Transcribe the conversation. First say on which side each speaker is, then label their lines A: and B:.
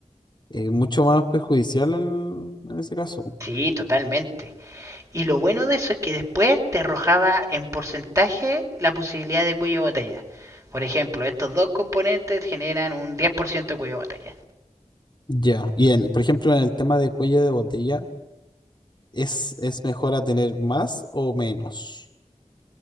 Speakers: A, on the left (about 35°); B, on the right (about 25°).
A: eh, mucho más perjudicial en, en ese caso.
B: Sí, totalmente. Y lo bueno de eso es que después te arrojaba en porcentaje la posibilidad de cuello de botella. Por ejemplo, estos dos componentes generan un 10% de cuello de botella.
A: Ya. Y en, por ejemplo, en el tema de cuello de botella, ¿es, es mejor a tener más o menos?